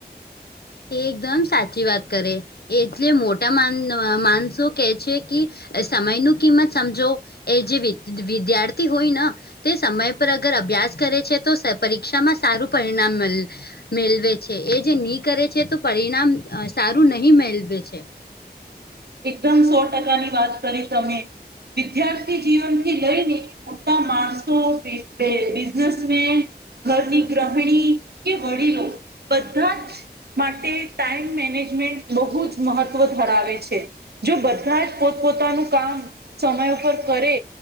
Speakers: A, on the left; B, on the right.
A: એકદમ સાચી વાત કરે. એટલે મોટા માન માન શું કે છે કી સમયનું કિંમત સમજો. એ જે વી વિદ્યાર્થી હોય ન તે સમય પર અગર અભ્યાસ કરે છે તો પરીક્ષામાં સારું પરિણામ મલ મેલવે છે. એ જે ની કરે છે તો પરિણામ સારું નહી મેલવે છે.
B: એકદમ સો ટકા ની વાત કરી તમે. વિદ્યાર્થી જીવનથી લઈને મોટા માણસો, બિઝ બિઝનેસમેન ઘરની ગ્રહણી કે વડીલો બધાં જ માટે ટાઈમ મેનેજમેન્ટ બહુ જ મહત્વ ધરાવે છે. જો બધાં જ પોતપોતાનું કામ સમય ઉપર કરે